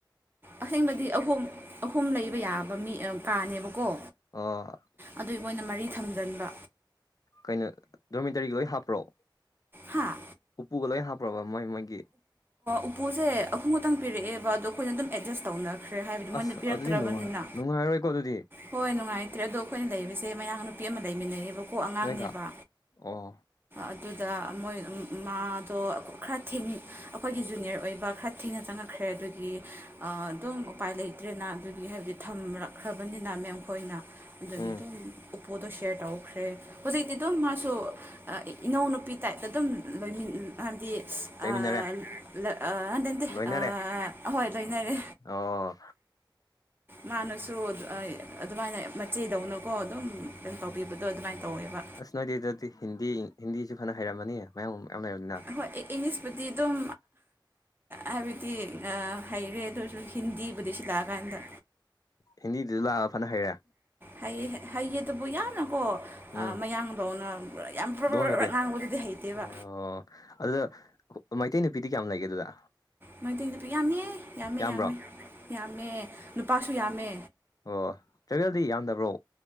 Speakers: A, on the right; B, on the left.
A: ꯑꯁꯦꯡꯕꯗꯤ ꯑꯍꯨꯝ ꯑꯍꯨꯝ ꯂꯩꯕ ꯌꯥꯕ ꯃꯤ ꯀꯥꯅꯦꯕꯀꯣ
B: ꯑꯣ
A: ꯑꯗꯨ ꯃꯣꯏꯅ ꯃꯔꯤ ꯊꯝꯖꯤꯟꯕ
B: ꯀꯩꯅꯣ ꯗꯣꯔꯃꯦꯇꯔꯤ ꯂꯣꯏ ꯍꯥꯞꯄ꯭ꯔꯣ
A: ꯍꯥꯥ
B: ꯎꯄꯨꯒ ꯂꯣꯏ ꯍꯥꯞꯄ꯭ꯔꯕ ꯃꯣꯏ ꯃꯣꯏꯒꯤ
A: ꯎꯞꯄꯨꯁꯦ ꯑꯈꯨꯝ ꯈꯛꯇꯪ ꯄꯤꯔꯛꯑꯦꯕ ꯑꯗ ꯑꯩꯈꯣꯏ ꯑꯗꯨꯝ ꯑꯦꯗꯖꯁ ꯇꯧꯅꯔ ꯈ꯭ꯔꯦ ꯍꯥꯏꯕꯗꯤ ꯃꯣꯏꯅ
B: ꯑꯁ
A: ꯄꯤꯔꯛꯇ꯭ꯔꯕꯅꯤꯅ
B: ꯑꯗꯨꯗꯤ ꯅꯨꯡꯉꯥꯏ ꯅꯨꯡꯉꯥꯏꯔꯔꯣꯏꯀꯣ ꯑꯗꯨꯗꯤ
A: ꯍꯣꯏ ꯅꯨꯡꯉꯥꯏꯇ꯭ꯔꯦ ꯑꯗꯣ ꯑꯩꯈꯣꯏꯅ ꯂꯩꯕꯁꯦ ꯃꯌꯥ ꯅꯨꯄꯤ ꯑꯃ ꯂꯩꯃꯤꯟꯅꯩꯌꯦꯕ ꯑꯀꯣꯛ ꯑꯉꯥꯡꯅꯦꯕ
B: ꯅꯣꯏꯒ ꯑꯣ
A: ꯑꯗꯨꯗ ꯃꯣꯏ ꯃꯥꯗꯣ ꯈꯔ ꯊꯦꯡ ꯑꯩꯈꯣꯏꯒꯤ ꯖꯨꯅꯤꯌꯔ ꯑꯣꯏꯕ ꯈꯔ ꯊꯦꯡꯅ ꯆꯪꯉꯛꯈ꯭ꯔꯦ ꯑꯗꯨꯒꯤ ꯑꯗꯨꯝ ꯎꯄꯥꯏ ꯂꯩꯇ꯭ꯔꯦꯅ ꯑꯗꯨꯒꯤ ꯍꯥꯏꯕꯗꯤ ꯊꯝꯔꯛꯈ꯭ꯔꯕꯅꯤꯅ ꯃꯦꯝ ꯈꯣꯏꯅ ꯑꯗꯨꯗꯒꯤ
B: ꯎꯝ
A: ꯑꯗꯨꯝ ꯎꯞꯄꯣꯗꯣ ꯁꯤꯦꯌꯔ ꯇꯧꯈ꯭ꯔꯦ ꯍꯧꯖꯤꯛꯇꯤ ꯑꯗꯨꯝ ꯃꯥꯁꯨ ꯏꯅꯥꯎꯅꯨꯄꯤ ꯇꯥꯏꯞꯇ ꯑꯗꯨꯝ ꯂꯣꯏ ꯍꯥꯏꯕꯗꯤ
B: ꯆꯩꯃꯤꯟꯅꯔꯦ
A: ꯍꯟꯗ ꯅꯟꯇꯦ
B: ꯂꯣꯏꯅꯔꯦ
A: ꯑꯍꯣꯏ ꯂꯣꯏꯅꯔꯦ
B: ꯑꯣ
A: ꯃꯥꯅꯁꯨ ꯑꯗꯨꯃꯥꯏꯅ ꯃꯆꯦꯗꯧꯅ ꯀꯣ ꯑꯗꯨꯝ ꯇꯧꯕꯤꯕꯗꯣ ꯑꯗꯨꯃꯥꯏꯅ ꯇꯧꯋꯦꯕ
B: ꯅꯣꯏꯗꯨꯗꯗꯤ ꯍꯤꯟꯗꯤ ꯍꯤꯟꯗꯤꯁꯨ ꯐꯅ ꯍꯩꯔꯝꯃꯅꯤ ꯃꯌꯥꯝ ꯌꯥꯝ ꯂꯩꯔꯕꯅꯤꯅ
A: ꯍꯣꯏ ꯏꯪꯂꯤꯁꯄꯨꯗꯤ ꯑꯗꯨꯝ ꯍꯥꯏꯕꯗꯤ ꯍꯩꯔꯦ ꯑꯗꯨꯁꯨ ꯍꯤꯟꯗꯤꯕꯨꯗꯤ ꯁꯤ ꯂꯥꯛꯑꯀꯥꯟꯗ
B: ꯍꯤꯟꯗꯤꯗꯨꯁꯨ ꯂꯥꯛꯑꯒ ꯐꯅ ꯍꯩꯔꯦ
A: ꯍꯩ ꯍꯩꯌꯦꯗꯨꯕꯨ ꯌꯥꯅ ꯍꯣ
B: ꯎꯝ
A: ꯃꯌꯥꯡꯕꯧꯅ ꯌꯥꯝ ꯄꯨꯔꯔ
B: ꯂꯣꯟꯕꯗꯤ
A: ꯉꯥꯡꯕꯗꯨꯗꯤ ꯍꯩꯇꯦꯕ
B: ꯑꯣ ꯑꯗꯨꯗ ꯃꯩꯇꯩ ꯅꯨꯄꯤꯗꯤ ꯀꯌꯥꯝ ꯂꯩꯒꯦ ꯑꯗꯨꯗ
A: ꯃꯩꯇꯩ ꯅꯨꯄꯤ ꯌꯥꯝꯃꯦ ꯌꯥꯝꯃꯦ
B: ꯌꯥꯝꯕ꯭ꯔꯣ
A: ꯌꯥꯝꯃꯦ ꯌꯥꯝꯃꯦ ꯂꯨꯄꯥꯁꯨ ꯌꯥꯝꯃꯦ
B: ꯑꯣ ꯆꯒꯦꯜꯗꯤ ꯌꯥꯝꯗꯕ꯭ꯔꯣ